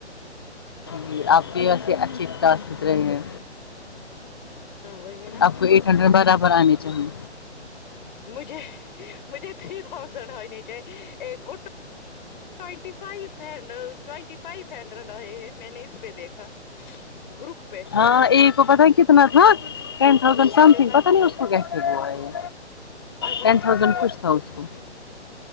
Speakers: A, on the left (about 20°); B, on the left (about 45°).
A: جی آپ کی ویسے اچھی ٹاسک دیکھ رہے ہیں
B: وہی نا
A: آپ کو ایٹ ہنڈریڈ برابر آنے چاہیے
B: مجھے مجھے تھری تھاؤزینڈ آنے چاہیے ایک کو ٹ ونٹی five hundred twenty five hundred آئے ہیں میں نے اس پہ دیکھا گروپ پہ
A: آے تو پتا کتنا تھا ٹین تھاؤزینڈ سم
B: کتنا
A: تھنگ پتہ نہیں ا اس کو کیسے ہوا ہے یہ
B: پتا
A: ٹین
B: نہیں
A: تھاؤزینڈ
B: ہوگا،
A: کچھ تھا اس کو